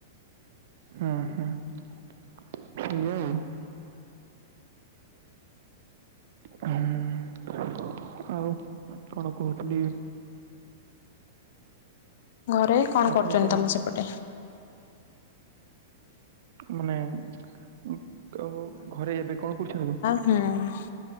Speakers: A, on the right; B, on the left.
A: ହୁଁ ହୁଁ ସେୟା ଆଉ। ହୁଁ ଆଉ କଣ କହୁଥିଲି?
B: ଘରେ କଣ
A: ଆପଣଙ୍କ
B: କରୁଛନ୍ତି ତମ ସେପଟେ?
A: ହୁଁ ମାନେ ଅ ଆଉ ଘରେ ଏବେ କଣ କରୁଛନ୍ତି?
B: ହଁ।